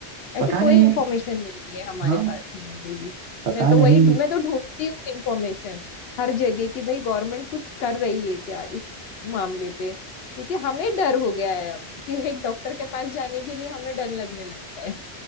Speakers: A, on the left; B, on the right.
A: ऐसी
B: पता
A: कोई
B: नहीं
A: इंफॉर्मेशन नहीं है हमारे
B: हाँ
A: पास में अभी भी
B: पता
A: मैं तो
B: नहीं
A: वही मैं तो ढूंढती हूँ इंफॉर्मेशन हर जगह कि भाई गवर्नमेंट कुछ कर रही है क्या इस मामले पे क्योंकि हमें डर हो गया है अब कि एक डॉक्टर के पास जाने के लिए हमें डर लगने लगता है